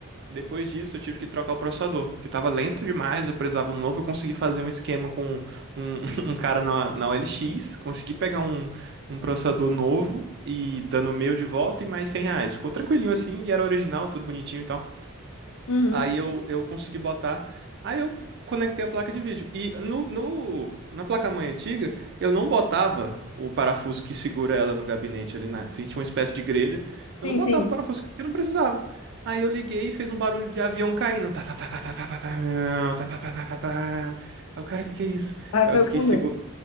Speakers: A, on the right; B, on the left.
A: Depois disso, eu tive que trocar o processador, porque tava lento demais, eu precisava de um novo. Eu consegui fazer um esquema com um, <laughs> um cara na, na OLX, consegui pegar um, um processador novo e dando o meu de volta e mais 100 reais. Ficou tranquilinho assim, e era original, tudo bonitinho e tal.
B: Uhum.
A: Aí eu, eu consegui botar. Aí eu conectei a placa de vídeo. E no, no- na placa-mãe antiga, eu não botava o parafuso que segura ela no gabinete ali na. Tinha uma espécie de grelha. Eu
B: Sim,
A: não botava
B: sim.
A: o parafuso que que eu não precisava. Aí eu liguei e fez um barulho de avião caindo. Tá, tá, tá, tá, tá, tá, tá, tá, tá, tá, tá, tá, tá. tá, tá, tá. Aí o cara, o que que é isso?
B: Ah,
A: Aí
B: foi
A: eu fiquei
B: o cooler.
A: seguro.